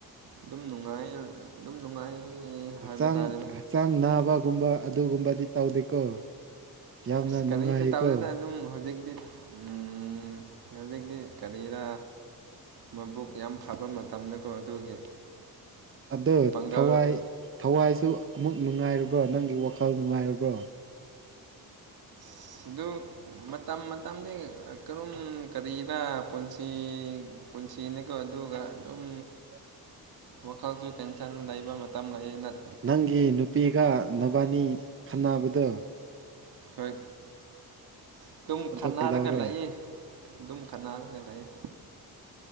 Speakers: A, on the right; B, on the right.
A: ꯑꯗꯨꯝ ꯅꯨꯡꯉꯥꯏꯑ ꯑꯗꯨꯝ ꯅꯨꯡꯉꯥꯏ
B: ꯍꯛꯆꯥꯡ
A: ꯍꯥꯏꯕ ꯇꯥꯔꯦꯗ
B: ꯍꯛꯆꯥꯡ ꯅꯥꯕꯒꯨꯝꯕ ꯑꯗꯨꯒꯨꯝꯕꯗꯤ ꯇꯧꯗꯦꯀꯣ ꯌꯥꯝꯅ
A: ꯑꯁ ꯀꯔꯤꯁꯨ
B: ꯅꯨꯡꯉꯥꯏꯀꯣ
A: ꯇꯧꯗꯦꯗ ꯑꯗꯨꯝ ꯍꯧꯖꯤꯛꯇꯤ ꯎꯝ ꯍꯧꯖꯤꯛꯇꯤ ꯀꯔꯤꯔ ꯃꯕꯨꯛ ꯌꯥꯝ ꯐꯕ ꯃꯇꯝꯗꯀꯣ ꯑꯗꯨꯒꯤ
B: ꯑꯗꯣ
A: ꯄꯥꯡꯒꯜ
B: ꯊꯋꯥꯏ ꯊꯋꯥꯏꯁꯨ ꯑꯃꯨꯛ ꯅꯨꯡꯉꯥꯏꯔꯕ꯭ꯔꯣ ꯅꯪꯒꯤ ꯋꯥꯈꯜ ꯅꯨꯡꯉꯥꯏꯔꯕ꯭ꯔꯣ
A: ꯑꯁ ꯑꯗꯨ ꯃꯇꯝ ꯃꯇꯝꯗꯤ ꯀꯔꯨꯝ ꯀꯔꯤꯔ ꯄꯨꯟꯁꯤ ꯄꯨꯟꯁꯤꯅꯦꯀꯣ ꯑꯗꯨꯒ ꯑꯗꯨꯝ
B: <inaudible>
A: ꯋꯥꯈꯜꯁꯨ ꯇꯦꯟꯁꯟ ꯂꯩꯕ ꯃꯇꯝ ꯂꯩꯌꯦ ꯅꯠ
B: ꯅꯪꯒꯤ ꯅꯨꯄꯤꯒ ꯅꯕꯥꯅꯤ ꯈꯠꯅꯕꯗꯣ
A: ꯍꯣꯏ ꯑꯗꯨꯝ
B: ꯑꯗꯣ
A: ꯈꯠꯅꯔꯒꯥ
B: ꯀꯩꯗꯧꯔꯦ
A: ꯂꯩꯌꯦ ꯑꯗꯨꯝ ꯈꯠꯅꯔꯒ ꯂꯩꯌꯦ